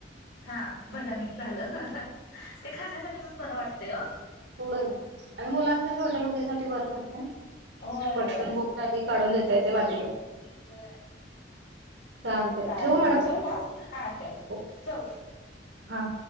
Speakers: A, on the left; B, on the right.
A: हा भटण झालं ते खाण्यासाठी पण बरं वाटते हो
B: हो आणि मुलां तर छोट्या बगीसाठीठी बरं पडत
A: होय
B: पटकन
A: होय
B: भोक लाली काढून देता येते वाटीवर
A: होय.
B: चालतय
A: चालेल
B: ठेवू मॅडम
A: चे मग हा च
B: ओके
A: चव
B: हा